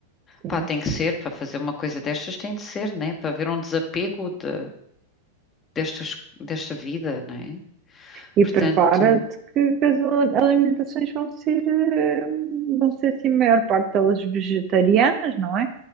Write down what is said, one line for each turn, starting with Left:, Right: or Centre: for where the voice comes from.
Right: sim.
Left: Pá, tem que ser, para fazer uma coisa destas tem de ser, né? Para haver um desapego de, destas, desta vida, né?
Right: E
Left: Portanto,
Right: prepara-te que as al- alimentações vão ser, eh, vão ser assim, a maior parte delas vegetarianas, não é?